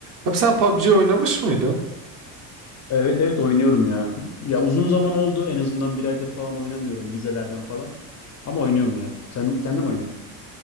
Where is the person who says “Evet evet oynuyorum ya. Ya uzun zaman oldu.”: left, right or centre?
Left